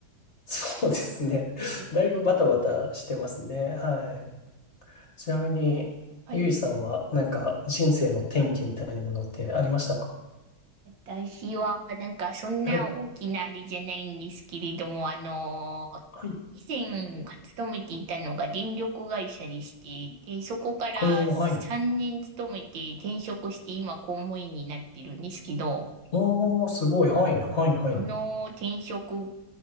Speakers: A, on the left (about 40°); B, on the right (about 75°).
A: <laughs> そうですね。
B: うん、
A: だいぶバタバタしてますね。はい。ちなみに、
B: はい。
A: ゆいさんは、なんか、人生の転機みたいなものってありましたか
B: 私は、なんか、そんな大きなあれじゃないんですけれども、
A: はい。
B: あの、
A: はい。
B: 以前、勤めていたのが電力会社でして、で、そこから3年勤めて転職して、
A: おー、はい。
B: 今、公務員になってるんですけど、
A: おー、すごい。はい、はい、はい。
B: その転職